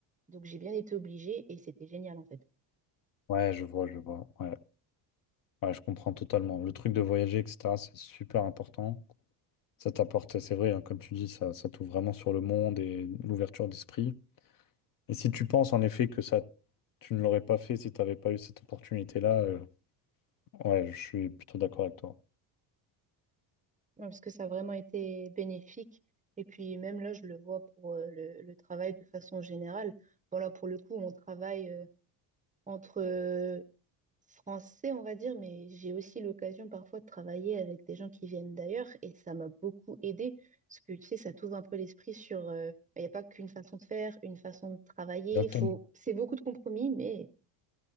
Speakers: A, on the right; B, on the left.
A: Donc j'ai bien été obligée et c'était génial en fait.
B: Ouais, je vois, je vois. Ouais. Ouais, je comprends totalement. Le truc de voyager, etc., c'est super important. Ça t'apporte, c'est vrai, hein, comme tu dis, ça, ça t'ouvre vraiment sur le monde et l'ouverture d'esprit. Et si tu penses en effet que ça, tu ne l'aurais pas fait si tu n'avais pas eu cette opportunité-là, euh, Ouais, je suis plutôt d'accord avec toi.
A: Ouais, Parce que ça a vraiment été bénéfique. Et puis même là, je le vois pour euh, le, le travail de façon générale. bon là pour le coup, on travaille euh, entre euh, Français, on va dire, mais j'ai aussi l'occasion parfois de travailler avec des gens qui viennent d'ailleurs et ça m'a beaucoup aidé parce que tu sais, ça t'ouvre un peu l'esprit sur... euh, bah, Il n'y a pas qu'une façon de faire, une façon de travailler.
B: Exactement.
A: Faut... C'est beaucoup de compromis, mais